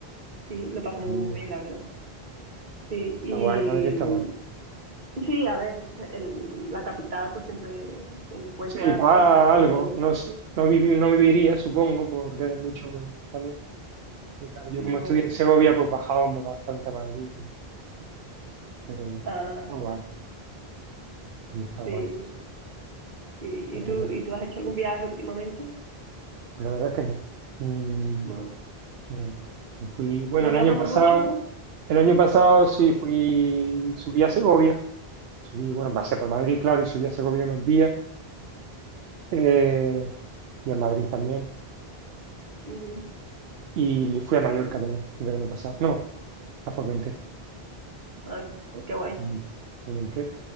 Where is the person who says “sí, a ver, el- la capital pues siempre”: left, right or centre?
Right